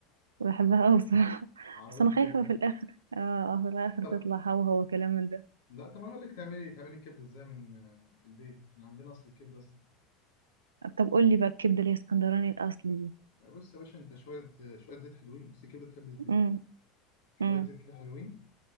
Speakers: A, on the right (about 85°); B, on the left (about 70°).
A: بحبها قوي بصراحة
B: عربيات
A: بس انا
B: الكبده
A: خايفة في الاخر اه آه، في الاخر
B: طب
A: تطلع هو هو كلام من ده
B: لا طب انا اقول لك تعملي تعملي الكبده ازاي من آه، في البيت احنا عندنا اصل الكبده اصلا
A: طب قول لي بقى الكبدة اللي هي اسكندراني الاصلي دي
B: بص يا باشا انت شويه شويه زيت حلوين بس الكبده بتحب الزيت
A: امم
B: شويه
A: امم
B: زيت كده حلوين